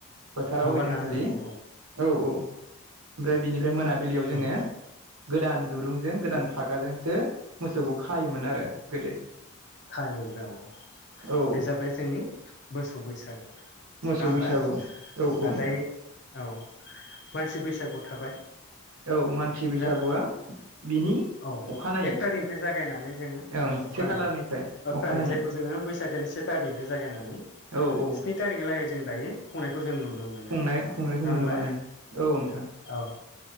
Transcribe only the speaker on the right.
फोथाराव
ओइदिनखालि
औ औ ओमफ्राय बिनिफ्राय मोनाबिलियाव जोङो
गोदान दुरुंजों गोदान फागाजोंसो मोसौखौ खायोमोन आरो गोदो।
औ
मोसौ
बैसागु औ औ
नोंथां
औ मानसि बैसागुआ
बिनि
अखानायै
ओं से
खालारनिफ्राय अखानायै
औ औ
खुंनाय खुंनायखौ
नुनो मोनो औ नोंथां